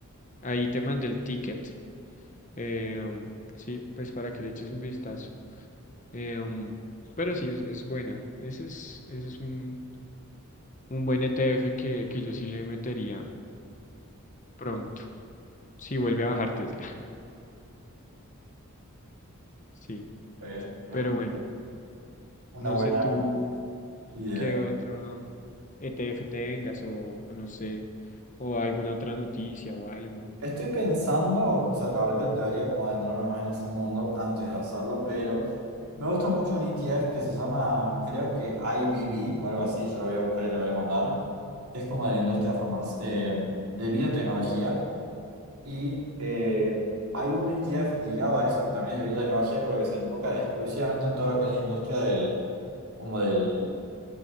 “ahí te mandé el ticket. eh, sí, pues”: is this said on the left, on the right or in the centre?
Left